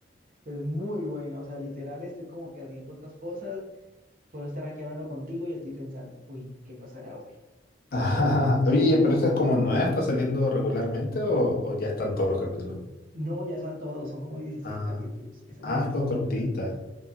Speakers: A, on the right (about 50°); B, on the left (about 55°).
A: Pero es muy buena, o sea, literal estoy como que haciendo otras cosas, puedo estar aquí hablando contigo y estoy pensando, uy, ¿qué pasará hoy?
B: <laughs> Oye, pero esa es como nueva, ¿está saliendo regularmente o, o ya están todos los capítulos?
A: No, ya son todos, son como dieciséis
B: Ah,
A: capítulos. Esas
B: ah,
A: series
B: con
A: son
B: cortita.
A: cortas.